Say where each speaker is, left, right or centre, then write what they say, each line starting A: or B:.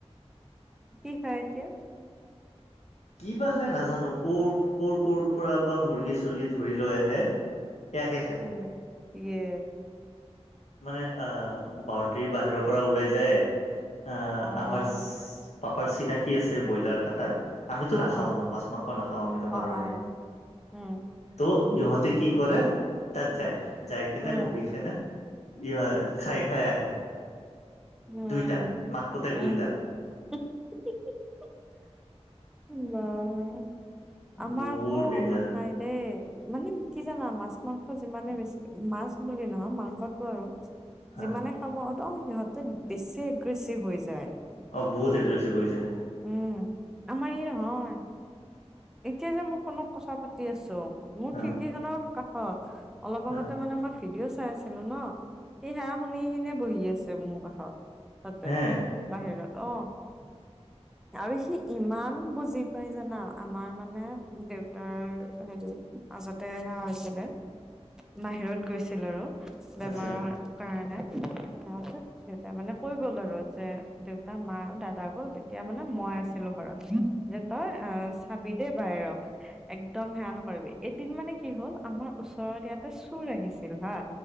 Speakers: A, in the centre; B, on the left.
A: কি খাই এতিয়া?
B: কিবা খাই নাজানো ক কৰ-কৰ ৰ পৰা বা মুৰ্গী -চৰ্গী ধৰি লৈ আহে এ নিশ্চয়
A: ইয়ে--ইয়ে
B: মানে অ, বাউণ্ডৰীৰ বাহিৰৰ পৰা ওলাই যায় এ
A: অ',
B: আমাৰচ পাপাৰ চিনাকি আছে বইলাৰ কাটা আমিতো
A: হা,
B: নাখাও
A: হা,
B: ন' মাছ, মাংস নাখাওঁ আমিতো মাৰোৱাৰিয়ে
A: অ', অ',
B: ন'।
A: উম,
B: ত'ইহঁতে কি কৰে তাত যায় -যায় কেনে
A: উম,
B: বহি কেনে ই হয় খাই -খাই আহে।
A: উম
B: দুইটা মাক পুতেক
A: -উম।
B: দুইটা
A: <unintelligible> বাহ। আমাৰ
B: বহুত
A: আকৌ
B: ডেঞ্জাৰ
A: নাখায়। হে মানে কি জানা মাছ, মাংস যিমানে বেছি মাছ বুলি নহয় মাংসত ত, আৰু
B: হা
A: যিমানে খাব ধ‌ওক সিহঁতে বেছি এগ্ৰেছিভ হৈ যায়।
B: অ, বহুত এগ্ৰেছিভ হৈ যায়।
A: উম, আমাৰ ই নহয়। এতিয়া যে মই ফোনত কথা পাতি আছো মোৰ
B: হা
A: খিৰিকিখনৰ কাষত অলপ
B: হা
A: আগতে মানে মই ভিডিঅ' চাই আছিলো ন' এই হা শুনি কিনে বহি আছে মোৰ কাষত তাতে
B: হে
A: বাহিৰত অ। আৰু সি ইমান বুজি পাই জানা। আমাৰ মানে দেউতাৰ হেৰি আজতে সেয়া হৈছিলে বাহিৰত গৈছিল আৰু। বেমাৰৰ
B: আচ্ছা
A: কাৰণে দেউতাই যেন দেউতাই মানে কৈ গ'ল আৰু আজি যে দেউতা, মা আৰু দাদা গ'ল তেতিয়া মানে মই আছিলো ঘৰত যে তই আহ দে বাইৰক একদম সেয়া নকৰিবি এদিন মানে কি হ'ল আমাৰ ওচৰত ইয়াতে চুৰ আহিছিল হা